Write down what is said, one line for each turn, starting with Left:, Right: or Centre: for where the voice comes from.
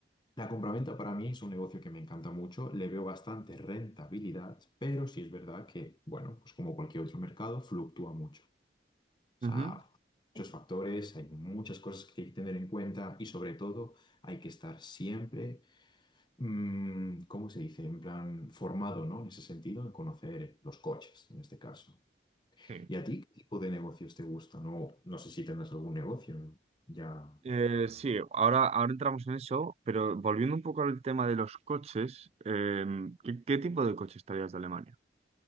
Left: la compraventa para mí es un negocio que me encanta mucho, le veo bastante rentabilidad, pero sí es verdad que, bueno, pues como cualquier otro mercado, fluctúa mucho. O
Right: ujú.
Left: sea, muchos factores, hay muchas cosas que hay que tener en cuenta y sobre todo hay que estar siempre, mm, ¿cómo se dice? En plan, formado, ¿no? En ese sentido, de conocer los coches, en este caso.
Right: sí,
Left: ¿Y a ti qué tipo de negocios te gustan? No, no sé si tendrás algún negocio ya.
Right: Eh, sí, ahora, ahora entramos en eso, pero volviendo un poco al tema de los coches, em, ¿qué, qué tipo de coche estarías de Alemania?